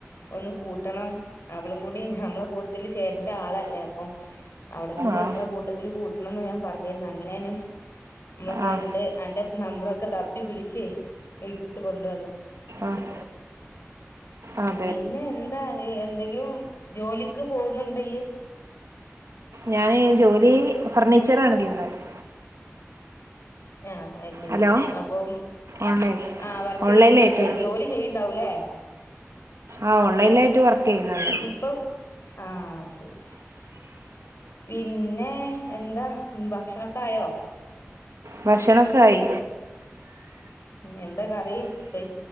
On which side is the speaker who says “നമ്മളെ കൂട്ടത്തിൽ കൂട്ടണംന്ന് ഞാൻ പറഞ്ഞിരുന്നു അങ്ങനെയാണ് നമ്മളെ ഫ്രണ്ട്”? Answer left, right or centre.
Left